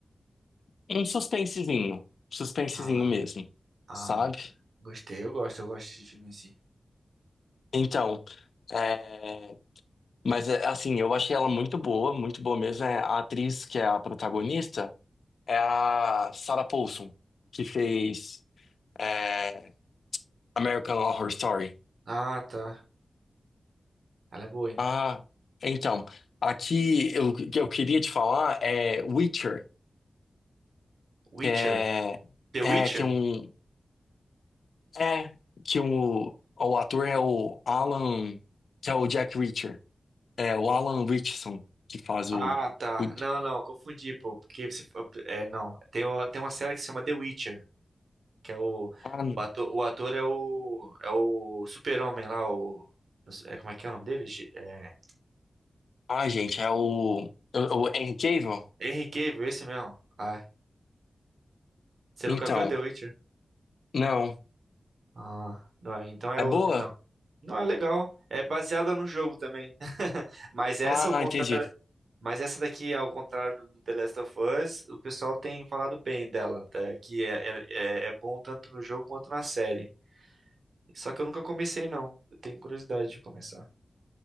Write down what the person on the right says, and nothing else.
Ah,
ah,
gostei, eu gosto, eu gosto de filme assim.
Ah, tá. Ela é boa, hein?
Witcher?
The
Witcher?
Ah, tá.
Não, não, confundi, pô. Porque você. É, não. Tem, uma- tem uma série que se chama The Witcher, que é o.
O ator, o ator é o. É o Super-Homem lá, o. não sei- é, Como é que é o nome dele? Ge- É,
Henry Cavill, esse mesmo. Ah, você
nunca viu The Witcher?
Ah, não, então é
outro,
então. Não, é legal. É baseada no jogo também. <laughs> Mas essa
ao contrário,
mas essa daqui ao contrário do The Last of Us, o pessoal tem falado bem dela, tá? Que é, é, é é bom tanto no jogo quanto na série. Só que eu nunca comecei não. Eu tenho curiosidade de começar.